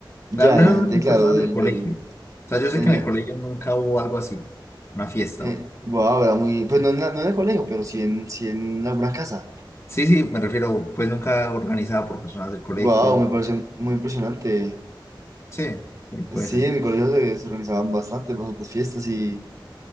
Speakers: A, on the right (about 40°); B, on the left (about 30°).
A: Ya,
B: al menos
A: en la gente,
B: no en las
A: claro,
B: personas
A: del,
B: del colegio.
A: del,
B: O sea, yo sé
A: en
B: que en
A: el-
B: el colegio nunca hubo algo así, una fiesta.
A: eh,
B: ¿no?
A: guau, era muy, pues no en, la- no en el colegio, pero sí en, sí en alguna casa.
B: Sí, sí, me refiero, pues nunca organizada por personas del colegio.
A: Guau, me parece muy impresionante.
B: Sí, sí, puede
A: Sí,
B: ser.
A: en mi colegio se, se organizaban bastantes, bastantes fiestas Se,